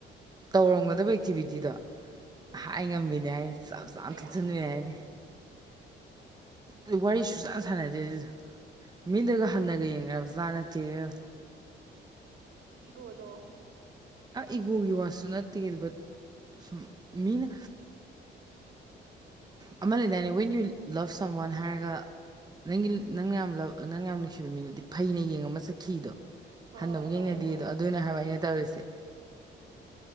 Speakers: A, on the right (about 20°); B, on the right (about 80°).
A: ꯇꯧꯔꯝꯒꯗꯕ ꯑꯦꯛꯇꯤꯚꯤꯇꯤꯗꯣ
B: ꯎꯝ
A: ꯍꯥꯏ ꯉꯝꯕꯤꯅꯦ ꯍꯥꯏ ꯆꯞ ꯆꯥꯅ
B: ꯑꯌꯥ
A: ꯅꯦ ꯍꯥꯏꯔꯤ ꯑꯗꯨ ꯋꯥꯔꯤꯁꯨꯆꯥꯟ ꯁꯥꯟꯅꯗꯦ ꯑꯗꯨꯗꯣ ꯃꯤꯠꯅꯒ
B: ꯑꯌꯥ
A: ꯍꯟꯅꯒ ꯌꯦꯡꯕꯖꯥ ꯅꯠꯇꯦ ꯏꯕꯦꯝ
B: ꯏꯒꯣꯗꯣ
A: ꯑ ꯏꯒꯣꯒꯤ ꯋꯥꯁꯁꯨ ꯅꯠꯇꯦ ꯕꯠ ꯁꯨꯝ ꯃꯤꯅ ꯑꯃ ꯂꯩꯗꯥꯏꯅꯤ ꯋꯦꯟ ꯌꯨ ꯂꯞ ꯁꯝ ꯋꯥꯟ ꯍꯥꯏꯔꯒ ꯅꯪꯒꯤ ꯅꯪ ꯌꯥꯝ ꯅꯪ ꯌꯥꯝ ꯅꯨꯡꯁꯤꯕ ꯃꯤꯗꯨꯗꯤ ꯐꯩꯅ ꯌꯦꯡꯉꯃ ꯆꯠꯈꯤꯗꯣ
B: ꯍꯣꯏ
A: ꯍꯟꯗꯕꯨꯨꯛ
B: ꯍꯣꯏ
A: ꯌꯦꯡꯅꯗꯦꯗꯣ
B: ꯍꯣꯏ
A: ꯑꯗꯨꯅꯦ ꯍꯥꯏꯕ ꯑꯩꯅ ꯇꯧꯔꯤꯁꯦ